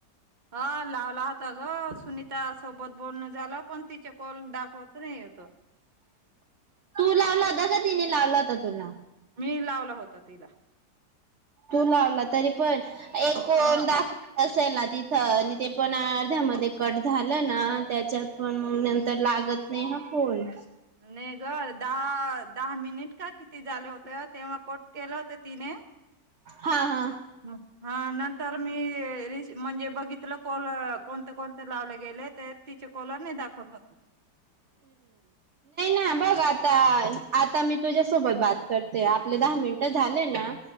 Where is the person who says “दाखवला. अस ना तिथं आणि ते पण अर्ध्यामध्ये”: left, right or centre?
Right